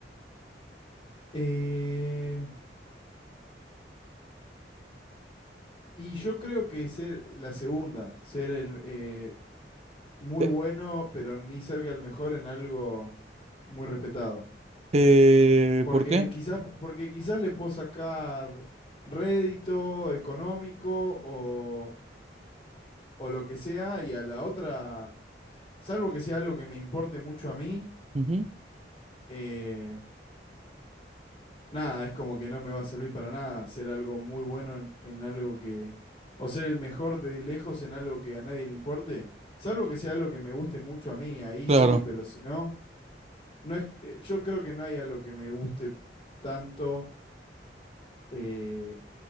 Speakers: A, on the left; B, on the right.
A: eh, y yo creo que ser la segunda, ser el eh, muy
B: Eh,
A: bueno, pero ni cerca del mejor en algo muy respetado.
B: eh,
A: Porque
B: ¿por qué?
A: quizás, porque quizás le puedo sacar rédito económico o, o lo que sea, y a la otra, salvo que sea algo que me importe mucho a mí,
B: Ujú,
A: eh, Nada, es como que no me va a servir para nada ser algo muy bueno en, en algo que... O ser el mejor de lejos en algo que a nadie le importe. Salvo que sea algo que me guste mucho a mí, ahí
B: claro.
A: sí, pero si no, no es, eh, yo creo que no hay algo que me guste tanto eh,